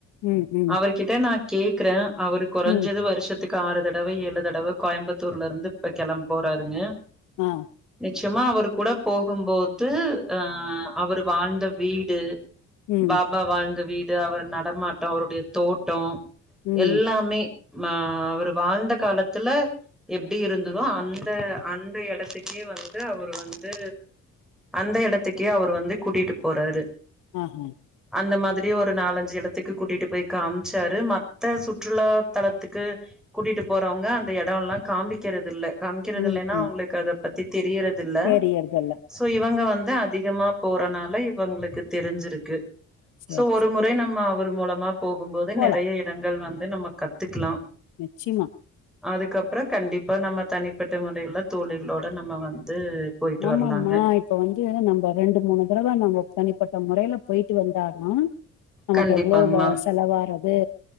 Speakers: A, on the left; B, in the centre.
A: ம் ம்
B: அவரு கிட்ட நா கேக்குறே அவரு கொறைஞ்சது
A: ம்
B: வருஷத் த்துக்கு ஆறு தடவ ஏழு தடவ கோயம்புத்தூர்ல இருந்து இப்ப கிளம்ப போறாருங்க
A: ஆ
B: ச்சயமா அவர் கூட போகும்போது அ அவரு வாழ்ந்த வீடு
A: ம்
B: பாபா வாழ்ந்த வீடு அவர் நடமாட்டோ அவருடைய தோட்டோ
A: ம்
B: எல்லாமே மா அவரு வாழ்ந்த காலத்துல எப்டி இருந்ததோ அந்த அந் து எடத்துக்கே வந்து அவரு வந்து அந்த எடத்துக்கே அவரு வந்து கூட்டிட்டு போறறு
A: ஆ ஹ
B: அந்த மாதிரி அப்டியே ஒரு நாலஞ்சு எடத்துக்கு கூட்டிகிட்டு போய் காமிச்சாரு மத்த சுற்றுலா தலத்துக்கு கூட்டிட்டு போறவங்க அந்த இடெல்லா காமிக்கிறது இல்ல காமிக்கிறது
A: ம்
B: இல்லன்னா
A: ம்
B: உங்களுக்கு அத பத் <unintelligible> தெரியறது தில்ல
A: தெரியறதல்ல
B: சோ இவுங்க வந்து த அதிகமா போறனால இவுங்களுக்கு தெரிஞ்சிருக்கு
A: சேரி
B: சோ ஒரு
A: சேரி
B: முறை நம்ம அவரு மூலமா போகும்போது
A: போலா
B: நெறய இடங்கள் வந்து நம்ம கத்துக்கலாம்
A: நிச்சியமா
B: அதுக்கப்புற கண்டிப்பா நம்ம தனிப்பட்ட முறையில தோழிகளோட நம்ம வந்து போயிட்டு
A: ஆமாமா
B: வரலாங்க
A: இப்ப வந்து நம்ம ரெண்டு மூனு தடவ நம்ம தனிப்பட்ட முறையில போயிட்டு வந்தா ஆ நமக்கு
B: கண்டிப்பாங்மா
A: எவ்வளவு செலவா இரு ஏ